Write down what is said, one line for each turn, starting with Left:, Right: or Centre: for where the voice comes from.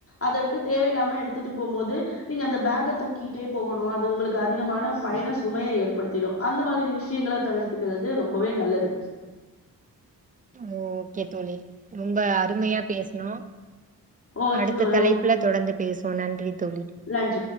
Left: அத விட்டு தேவையில்லாம எடுத்துட்டு போம்போது நீங்க அந்த பேக தூக்கிட்டே போகணு அது உங்களுக்கு அதிகமான பயண சுமைய ஏற்படுத்திடு அந்த மாதிரி தி விஷயங்கள தவிர்த்துக்கிறது ரொம்பவே நல்லது
Right: ஓ ஓகே தோழி ரொம்ப அருமையா பேசுனோ
Left: ஓகே
Right: அடுத்த
Left: தோழி
Right: தலைப்புல தொடர்ந்து பேசுவோ நன்றி தோழி
Left: நன்றி